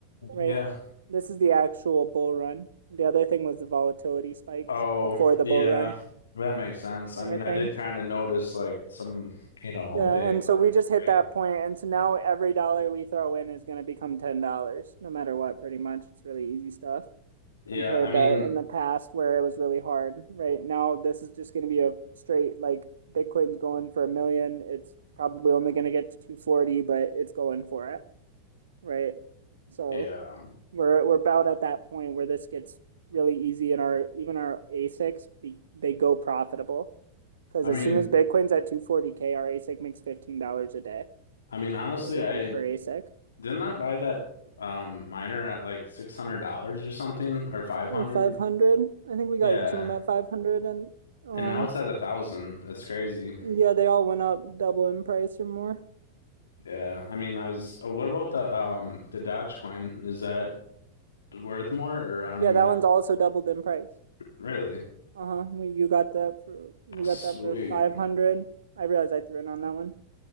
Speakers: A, on the right; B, on the left.
A: right?
B: Yeah.
A: This is the actual bull run. The other thing was the volatility spikes
B: Oh,
A: before the
B: yeah,
A: bull run
B: that makes sense.
A: kind
B: I mean,
A: of
B: I
A: thing.
B: did kind of notice like some, you know,
A: Yeah,
B: big
A: and
B: like
A: so we just hit
B: wave.
A: that point, and so now every dollar we throw in is gonna become ten dollars, no matter what, pretty much. It's really easy stuff.
B: Yeah,
A: compared
B: I mean,
A: to in the past where it was really hard. Right now, this is just going to be a straight like Bitcoin's going for a million. It's probably only going to get to 240, but it's going for it, right? So
B: yeah.
A: we're we're about at that point where this gets really easy, and our even our ASICs be, they go profitable because
B: I
A: as
B: mean,
A: soon as Bitcoin's at 240k, our ASIC makes $15 a day,
B: I mean, honestly,
A: right? Like
B: I
A: per ASIC.
B: didn't I buy that um miner at like $600 or something or 500?
A: Yeah, or 500. I think we
B: Yeah.
A: got each of them at 500 and um
B: And now it's at a thousand. That's crazy.
A: Yeah, they all went up double in price or more.
B: Yeah. I mean, I was oh, what about the um the Dodge coin? Is that worth more or I don't
A: Yeah,
B: even
A: that
B: know.
A: one's also doubled in price.
B: Really?
A: Uh-huh. We you got that for we
B: Sweet.
A: got that for 500. I realized I threw in on that one.